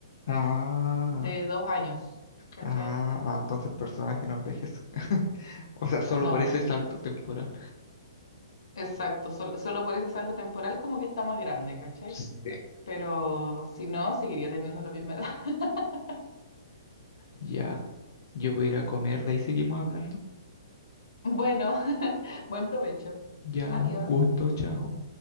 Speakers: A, on the left; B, on the left.
A: Ah,
B: de dos años. ¿Cachai?
A: ah, entonces el personaje no envejece. <laughs> O sea, solo
B: No,
A: por ese
B: no envejece.
A: salto temporal.
B: Exacto, solo, solo por ese salto temporal como que está más grande, ¿cachai?
A: Sí.
B: Pero si no, seguiría teniendo la misma edad. <laughs>
A: Ya, yo voy a ir a comer, de ahí seguimos hablando.
B: Bueno, <laughs> buen provecho.
A: Ya,
B: Adiós.
A: un gusto, chao.